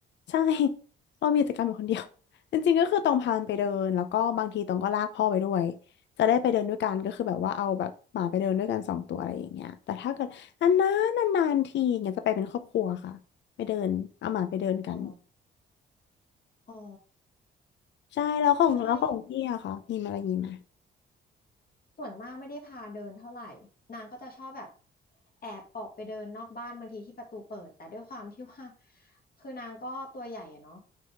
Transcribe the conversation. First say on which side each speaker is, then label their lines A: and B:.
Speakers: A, on the left; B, on the left.
A: ใช่ <laughs> ตองมีกิจกรรมอยู่คนเดียว <laughs> จริงๆก็คือตองพามันไปเดินแล้วก็บางทีตองก็ลากพ่อไปด้วย จะได้ไปเดินด้วยกันก็คือแบบว่าเอาแบบหมาไปเดินด้วยกันสองตัวอะไรอย่างเงี้ยแต่ถ้าเกิดนานๆนานๆทีอย่างเงี้ยจะไปเป็นครอบครัวค่ะไปเดินเอาหมาไปเดินกัน
B: อ๋ออ๋อ
A: ใช่แล้วของแล้วของพี่อะค่ะมีอะไรนี้ไหม
B: ไม่ค่อย ส่วนมากไม่ได้พาเดินเท่าไหร่นางก็จะชอบแบบแอบออกไปเดินนอกบ้านบางทีที่ประตูเปิดแต่ด้วยความที่ว่าคือนางก็ตัวใหญ่อะเนาะ